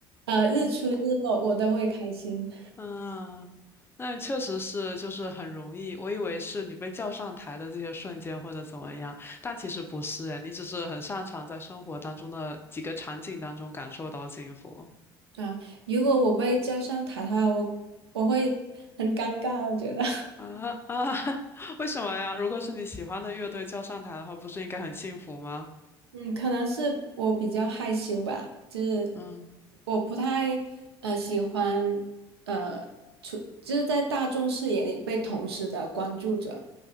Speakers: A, on the right; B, on the left.
A: 呃，日出日落我都会开心。
B: 嗯，那确实是，就是很容易。我以为是你被叫上台的这些瞬间或者怎么样，但其实不是诶，你只是很擅长在生活当中的几个场景当中感受到幸福
A: 啊，如果我被叫上台的话，我我会很尴尬，我觉得，
B: 啊啊！<laughs> 为什么呀？如果是你喜欢的乐队叫上台的话，不是应该很幸福吗？
A: <laughs> 嗯，可能是我比较害羞吧，就是
B: 嗯
A: 我不太呃喜欢呃出，就是在大众视野里被同时的关注着，